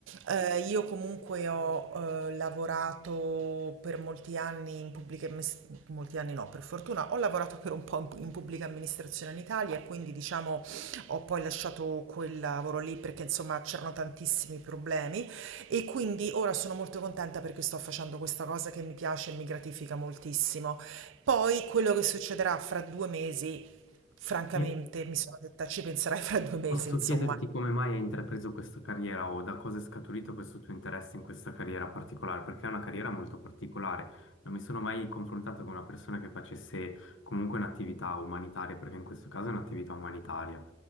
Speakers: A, on the right; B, on the left.
A: Eh, io comunque ho eh, lavorato per molti anni in pubblica, ammis- molti anni no, per fortuna, ho lavorato per un po' in pu- in pubblica amministrazione in Italia, quindi diciamo... Ho poi lasciato quel lavoro lì perché insomma c'erano tantissimi problemi e quindi ora sono molto contenta perché sto facendo questa cosa che mi piace e mi gratifica moltissimo. Poi quello che succederà fra due mesi, francamente
B: Sì.
A: mi sono detta ci penserai fra due mesi,
B: Posso
A: insomma.
B: chiederti come mai hai intrapreso questa carriera o da cosa è scaturito questo tuo interesse in questa carriera particolare? Perché è una carriera molto particolare. Non mi sono mai confrontato con una persona che facesse comunque un'attività umanitaria, perché in questo caso è un'attività umanitaria.